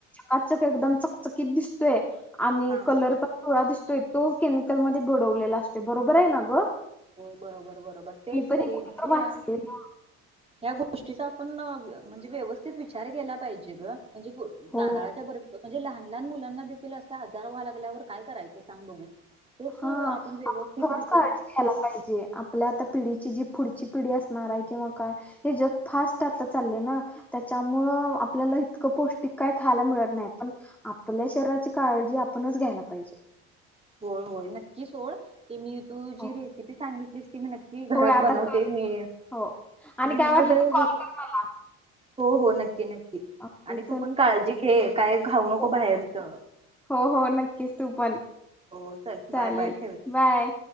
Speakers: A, in the centre; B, on the right (about 20°).
A: पाचक एकदम चकचकीित दिसतोय आणि
B: हा
A: कलर तर काळा दिसतोय तो केमिकलमध्येध्ये भिडवलेला असते बरोबर आहे ना ग
B: हो बरोबर बरोबर तेच
A: मी पण
B: तरी
A: हे कुठं
B: म्हणजे
A: तर
B: ह
A: वाचलेलं
B: गष्ट गोष्टीचा आपण म्हणजे व्यवस्थित विचार केला पाहिजे ग म्हणजे
A: हो
B: नारळाच्या बरोबर म्हणजे लहान लहान मुलांना देखील असा आजार व्हा लागल्यावर काय करायचं सांग बघू तेच
A: हा
B: अ, व्यवस्थितरित्या
A: आपण खरच काळजी घ्यायला पाहिजे जे आपल्या आता पिढीची जी पुढची पिढी असणार आहे किंवा काय हे जग फास्ट आता चालले ना त्यामुळे आपल्याला इतकं पौष्टिक का खायला मिळत नाही पण आपल्या शरीची का आपणच घ्यायला पाहिजे
B: हो होय नक्कीच होळ ते मी तू जी
A: हो
B: रेसिपी सांगितलीस ती मी नक्की
A: होय
B: घरात
A: आता
B: बनवते
A: कर
B: मी
A: हो आणि
B: लिहून
A: काय वाटलं
B: वगैरे
A: तर कॉल कर मला
B: हो हो नक्की नक्की
A: ओके
B: आणि तू
A: चल
B: पण काळजी घे काय खाऊ नको
A: हो
B: बाहेरच
A: हो हो नक्कीच तू पण
B: हो चल
A: चालेल
B: बाय बाय ठेवते
A: बाय